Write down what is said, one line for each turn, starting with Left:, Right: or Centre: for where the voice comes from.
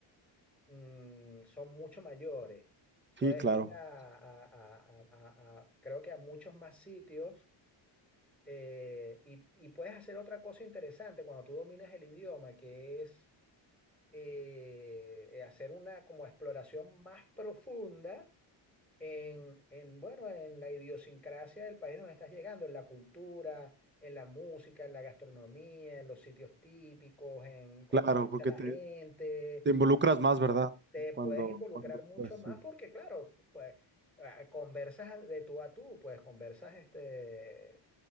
Centre: mm, son mucho mayores. Puedes
Right: sí, claro,
Centre: ir a, a- a- a- a- a- creo que a muchos más sitios eh, y, y puedes hacer otra cosa interesante cuando tú dominas el idioma, que es eh, eh, hacer una como exploración más profunda en, en, bueno, en la idiosincrasia del país donde estás llegando, en la cultura, en la música, en la gastronomía, en los sitios típicos, en cómo
Right: claro,
Centre: piensa
Right: porque
Centre: la
Right: te,
Centre: gente.
Right: te involucras más, ¿verdad?
Centre: Te
Right: Cuando,
Centre: puedes involucrar
Right: cuando,
Centre: mucho
Right: pues
Centre: más
Right: sí,
Centre: porque, claro, pues ah, conversas de tú a tú, pues conversas este...